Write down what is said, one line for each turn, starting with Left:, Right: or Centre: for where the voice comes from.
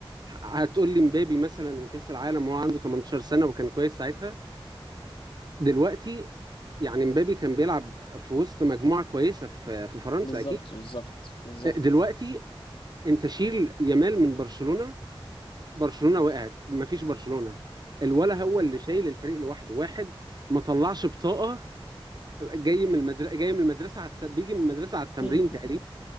Right: هتقول لي مبابي مثلا وكاس العالم وهو عنده 18 سنه وكان كويس ساعتها دلوقتي يعني مبابي كان بيلعب في وسط مجموعه كويسه في في فرنسا
Left: بالظبط
Right: اكيد
Left: بالظبط بالظبط
Right: دلوقتي انت شيل يامال من برشلونه برشلونه وقعت مفيش برشلونه الولا هو اللي شايل الفريق لوحده واحد ما طلعش بطاقه جاي من المدرسه جاي من المدرسه على الت... بيجي من المدرسه على التمرين
Left: <laughs>
Right: تقريبا